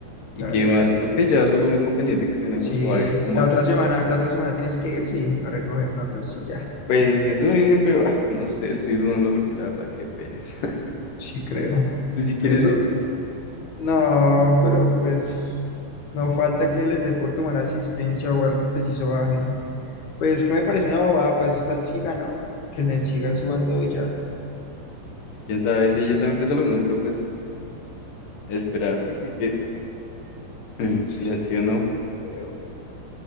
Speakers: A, on the left; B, on the left.
A: ¿Y
B: Dale,
A: qué más?
B: dale.
A: Creo que ya eso es lo único pendiente que tenemos
B: Sí,
A: o hay algo más.
B: la otra semana, la otra semana tienes que ir, sí, a recoger notas y ya.
A: Pues eso dicen, pero ah, no sé, estoy dudando porque la verdad, qué pereza. <laughs>
B: Sí, creo.
A: ¿Tú si quieres
B: Peso.
A: ir?
B: No, pero pues no falta que les dé por tomar asistencia o algo y preciso bajen. Pues que me parece una bobada, para eso está el SIGA, ¿no? Que en el SIGA suban todo y ya.
A: Quién sabe, sí, yo también pienso lo mismo, pero pues esperar porque qué, Mm,
B: Sí,
A: pues, sí o no,
B: creo.